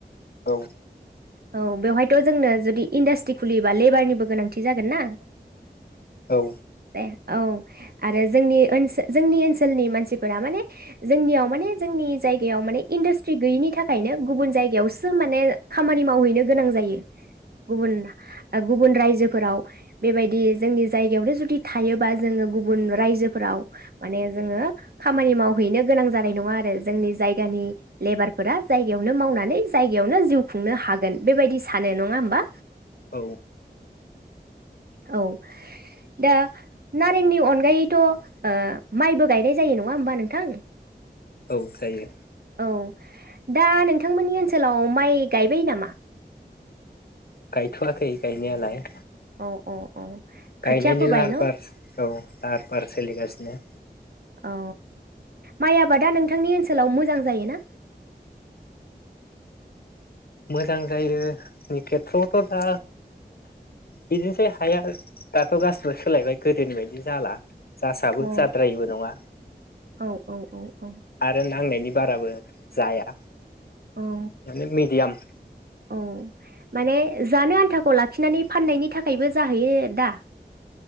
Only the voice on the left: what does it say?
औ।
औ
औ
औ थायो।
गायथवाखै गायनायालाय।
गायनायनि
लाहार
फाहार औ लाहार फाहार सोलिगासिनो।
मोजां जायो नि खेथ्रआवथ' दा बिदिनोसै हाया दाथ' गासिबो सोलायबाय गोदोनि बायदि जाला जासाबो
जाद्रायबो नङा।
आरो नांनो बेनि बाराबो जाया।
माने मिडियाम